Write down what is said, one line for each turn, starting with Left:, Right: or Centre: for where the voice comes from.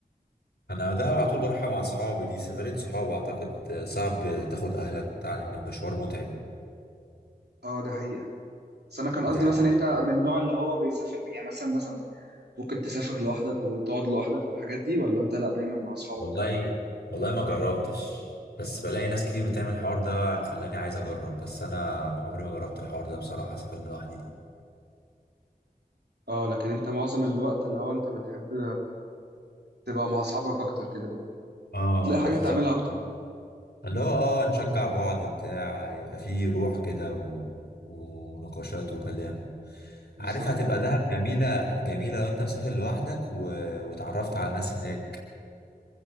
Left: انا دهب على طول بروحها مع اصحابي دي سفريه صحاب اعتقد صعب تاخد اهلك بتاع ان المشوار متعب
Right: اه ده حقيقة بس انا كان قصدي
Left: يعني
Right: مثلا انت من النوع اللي هو بيسافر يعني مثلا مثلا ممكن تسافر لوحدك وتقعد لوحدك والحاجات دي ولا انت لا دايما مع اصحابك
Left: والله والله ما جربتش بس بلاقي ناس كتير بتعمل الحوار ده خلاني عايز اجرب بس انا عمري ما جربت الحوار ده بصراحه اسافر لوحدي دي
Right: اه لكن انت معظم الوقت اللي هو انت بتحب تبقى مع اصحابك اكتر كده
Left: اه آه،
Right: بتلاقي حاجات
Left: بالظبط
Right: تعملها اكتر
Left: اللي هو اه نشجع بعض بتاع يبقى فيه روح كده و... ونقاشات وكلام
Right: بالظبط
Left: عارف هتبقى
Right: اه
Left: دهب جميلة جميلة لو انت مسافر لوحدك و... وتعرفت على ناس هناك